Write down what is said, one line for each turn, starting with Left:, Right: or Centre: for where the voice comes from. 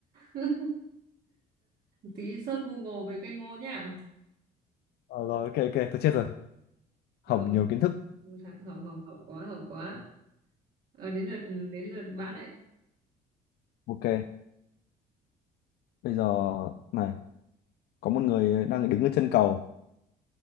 Right: <laughs> tí search Google về cây ngô nhá
Left: ờ, rồi ok ok tôi chết rồi hỏng
Right: rồi
Left: nhiều kiến thức
Right: một thằng hỏng hỏng hỏng quá hỏng quá Ờ, đến lượt đến lượt bạn ấy
Left: ok bây giờ này có một người đang đứng ở chân cầu